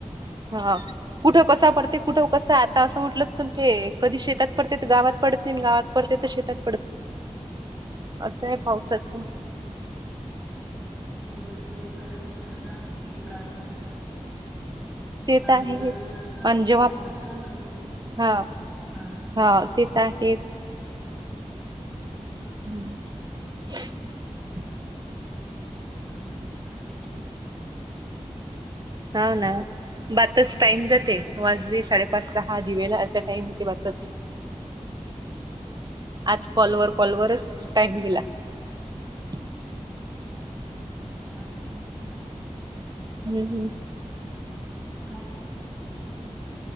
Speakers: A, on the right; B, in the centre.
A: हा. कुठं कसा पडते, कुठं कसा आता कसं आता म्हटलं चलते. कधी शेतात पडते तर गावात पडत नाही आणि गावात पडते तर शेतात पडत असं आहे पावसाच.
B: ज शेतकऱ्याच नुकसान आहे पिकाचं.
A: ते
B: पाहिजे
A: तर आहे
B: त्या वेळेस पडत
A: आणि
B: नाही
A: जेव्हा
B: मग वच्या बाहेर होते,
A: हा
B: हा.
A: हा ते तर आहेच. हम <unintelligible>
B: <unintelligible>
A: हो ना, बताच टाइम जाते वाजले साडेपाच - सहा दिव लावायचा टाइम. ते वाचत. आज कॉलवर कॉलवररच टाइम दिला. <inaudible>
B: हा ना.
A: हम्म, हम्म.
B: <unintelligible>